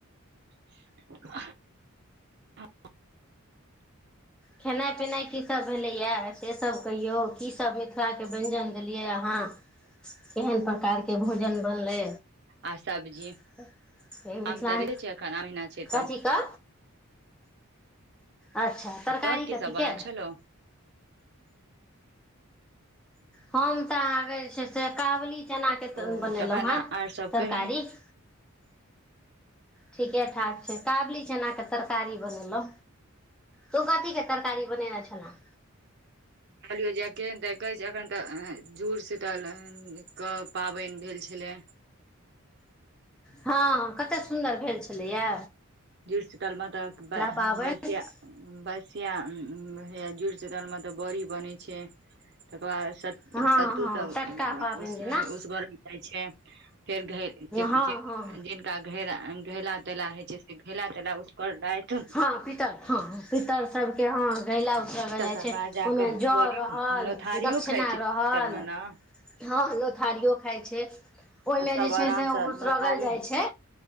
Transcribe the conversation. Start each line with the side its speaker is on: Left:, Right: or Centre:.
Right: <unintelligible>
Centre: खेनाइ-पिनाइ की सब भेलैए, से सब कहियौ, की सब मिथिलाके व्यञ्जन देलियै अहाँ केहन प्रकारके भोजन बनलै।
Right: आ सब्जी
Centre: <unintelligible> ऐहि मिथिलां
Right: आम तऽ रहे छै एखन आम महिना छै
Centre: कथीके?
Right: तऽ
Centre: अच्छा तरकारी
Right: आ तोहर की
Centre: कथीके?
Right: सब बनल छलौ
Centre: हम तऽ आहाँक जे छै से कावुली चना के त
Right: ओ
Centre: बनेलहुॅं
Right: तखन
Centre: हें
Right: आर सब
Centre: तरकारी
Right: कही
Centre: <unintelligible> ठीके-ठाक छै। ‌ काबुली चनाके तरकारी बनेलहुँ। तुं कथी के तरकारी बनेने छला?
Right: कहलियौ जेके अ देखै छ अखन तऽ जुड़-शीतल के पाबनि भेल छलै।
Centre: हँ कतेक सुन्दर भेल छलैया।
Right: जुड़-शीतल मे तऽ ब
Centre: पाबनि
Right: बसिया बसिया, हा जुड़-शीतल मे तऽ बड़ी बनै छै। तकर बाद सत
Centre: हँ
Right: सत्तू
Centre: हँ
Right: सब
Centre: टटका पाबनि
Right: उ
Centre: दिना
Right: उस घर छै फेर घ जिन
Centre: हँ
Right: जिन
Centre: हँ
Right: जिनका घ घैला तैला होइ छै। घैला-तैला उसगर जायत।
Centre: हँ पितर, हाँ पितर सब के हाँ घैला जाइ
Right: तकर
Centre: छै,
Right: बाद जाकऽ
Centre: ओहिमे जौ
Right: बड़ी
Centre: रहल,
Right: नोथारियो
Centre: दक्षिणा
Right: खाइ छै जुड़शीतल
Centre: रहल।
Right: मे ने
Centre: हँ लोथारियो खाय छै। ओहिमे
Right: तऽ सब
Centre: जे छै
Right: आराम
Centre: से ओ उसरगल
Right: नोथारी
Centre: जाय छै,